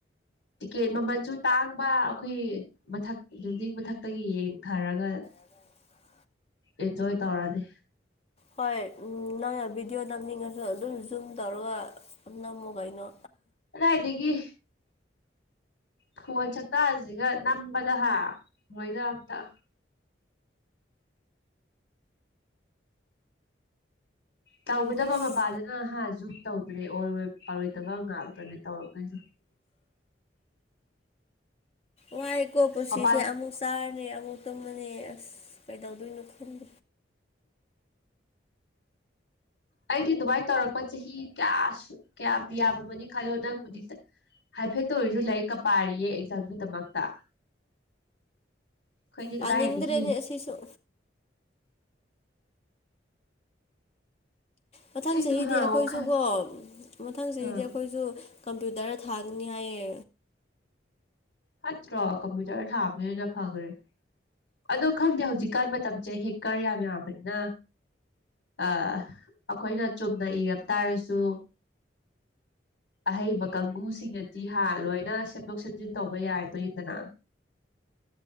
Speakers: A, on the left; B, on the left.
A: ꯇꯤꯛꯀꯦꯠ ꯃꯃꯜꯁꯨ ꯇꯥꯡꯕ ꯑꯩꯈꯣꯏ ꯃꯊꯛ ꯕꯤꯜꯗꯤꯡ ꯃꯊꯛꯇꯒꯤ ꯌꯦꯡꯊꯔꯒ
B: <inaudible>
A: ꯑꯦꯟꯖꯣꯏ ꯇꯧꯔꯅꯤ
B: ꯍꯣꯏ ꯅꯪꯅ ꯚꯤꯗꯤꯑꯣ ꯅꯝꯅꯤꯡꯉꯁꯨ ꯑꯗꯨꯝ ꯖꯨꯝ ꯇꯧꯔꯒ ꯑꯗꯨ ꯅꯝꯃꯨ ꯀꯩꯅꯣ
A: ꯀꯗꯥꯏꯗꯒꯤ ꯐꯣꯟ ꯁꯛꯇꯥꯁꯤꯒ ꯅꯝꯕꯗ ꯍꯥ ꯅꯣꯏꯗ ꯑꯝꯇ ꯇꯧꯒꯗꯕ
B: ꯑꯁ
A: ꯃꯄꯥꯗꯅ ꯍꯥ ꯖꯨꯝ ꯇꯧꯗꯔꯦ ꯑꫭꯏꯔꯣꯏ ꯄꯥꯔꫭꯏꯗꯕ ꯉꯥꯛꯇꯅꯦ ꯇꯧꯔꯛꯇꯨꯏꯁꯦ
B: ꯋꯥꯏꯀꯣ ꯄꯨꯟꯁꯤꯁꯦ
A: ꯃꯄꯥꯜ
B: ꯑꯃꯨꯛ ꯆꯥꯔꯅꯤ ꯑꯃꯨꯛ ꯇꯨꯝꯃꯅꯤ ꯑꯁ ꯀꯩꯗꯧꯗꯣꯏꯅꯣ ꯈꯪ
A: ꯑꯩꯗꯤ ꯑꯗꯨꯃꯥꯏꯅ ꯇꯧꯔꯛꯄ ꯆꯍꯤ ꯀꯌꯥ ꯁꯨ ꯀꯌꯥꯝ ꯌꯥꯝꯃꯃꯅꯤ ꯈꯜꯂꯣ ꯅꯪꯕꯨꯗꯤꯗ ꯍꯥꯏꯐꯦꯠꯇ ꯑꫭꯏꯔꯁꯨ ꯂꯥꯏꯔꯤꯛꯀ ꯄꯥꯔꯤꯌꯦ ꯑꯦꯛꯖꯥꯝꯒꯤꯗꯃꯛꯇ ꯑꯩꯈꯣꯏꯗꯤ
B: ꯄꯥꯅꯤꯗ꯭ꯔꯦꯅꯦ
A: ꯀꯗꯥꯏꯗꯒꯤ
B: ꯑꯁꯤꯁꯨ ꯃꯊꯪ
A: ꯁꯤꯁꯨ
B: ꯆꯍꯤꯗꯤ
A: ꯍꯥ
B: ꯑꯩꯈꯣꯏꯁꯨ
A: ꯋꯥꯈꯜ
B: ꯀꯣ ꯃꯊꯪ ꯆꯍꯤꯗꯤ
A: ꯑꯥ
B: ꯑꯩꯈꯣꯏꯁꯨ ꯀꯝꯄ꯭ꯌꯨꯇꯔꯗ ꯊꯥꯒꯅꯤ ꯍꯥꯏꯌꯦ
A: ꯐꯠꯇ꯭ꯔꯣ ꯀꯝꯄ꯭ꯌꯨꯇꯔ ꯊꯥꯕꯗꯨꯅ ꯍꯦꯟꯅ ꯐꯒ꯭ꯔꯦ ꯑꯗꯣ ꯈꯪꯗꯦ ꯍꯧꯖꯤꯛꯀꯥꯟ ꯃꯇꯝꯁꯦ ꯍꯦꯛꯀꯔ ꯌꯥꯝ ꯌꯥꯝꯕꯅꯤꯅ ꯑ ꯑꯩꯈꯣꯏꯅ ꯆꯨꯝꯅ ꯏꯔꯝ ꯇꯥꯔꯁꯨ ꯑꯍꯩꯕ ꯀꯥꯡꯕꯨꯁꯤꯡꯅꯗꯤ ꯍꯥ ꯂꯣꯏꯅ ꯁꯦꯝꯗꯣꯛ ꯁꯦꯝꯖꯤꯟ ꯇꯧꯕ ꯌꯥꯔꯗꯣꯏꯟꯗꯅ